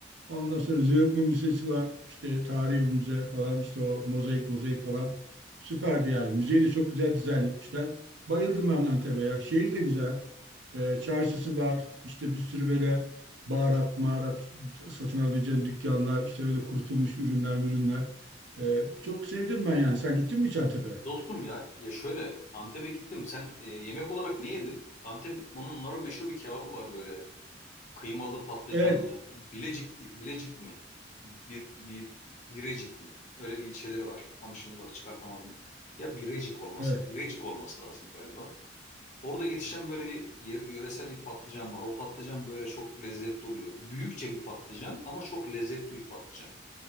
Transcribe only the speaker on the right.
Ondan sonra Zeugma Müzesi var. İşte tarihi bir müze falan. İşte o mozaik mozaik falan. Süperdi yani. Müzeyi de çok güzel dizayn etmişler. Bayıldım ben Antep'e ya. Şehir de güzel. E, çarşısı var. İşte bir sürü böyle baharat, maharat satın alabileceğin dükkanlar, işte böyle kurutulmuş ürünler, ürünler. Ee, çok sevdim ben yani. Sen gittin mi Çantepe?
Evet,
evet.